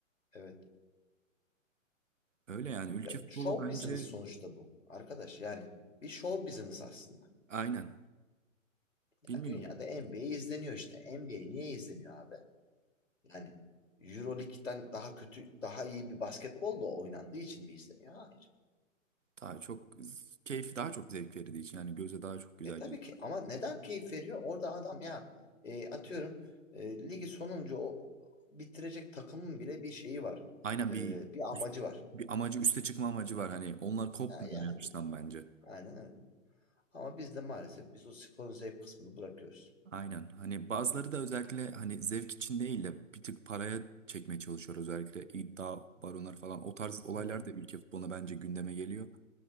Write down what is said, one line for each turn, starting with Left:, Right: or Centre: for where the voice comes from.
Left: Evet.
Right: Öyle yani ülke
Left: Ya
Right: futbolu
Left: show
Right: bence
Left: business sonuçta bu. Arkadaş yani bir show business aslında.
Right: aynen.
Left: Ya
Right: Bilmiyorum.
Left: dünyada NBA izleniyor işte. NBA niye izleniyor abi? Yani Euroleague'den daha kötü, daha iyi bir basketbol da oynandığı için mi izleniyor? Hayır.
Right: Daha çok keyif daha çok zevk verdiği için yani göze daha çok güzel
Left: E tabii
Right: geliyor.
Left: ki ama neden keyif veriyor? Orada adam ya e, atıyorum e, ligi sonuncu o, bitirecek takımın bile bir şeyi var.
Right: Aynen
Left: E,
Right: bir
Left: bir amacı var.
Right: bir amacı üste çıkma amacı var hani onlar kopmuyor
Left: Ha, yani
Right: yarıştan bence.
Left: aynen öyle. Ama biz de maalesef biz o sporun zevk kısmını bırakıyoruz.
Right: Aynen. Hani bazıları da özellikle hani zevk için değil de bir tık paraya çekmeye çalışıyor. Özellikle iddia baronlar falan. O tarz olaylar
Left: Hmm.
Right: da ülke futboluna bence gündeme geliyor.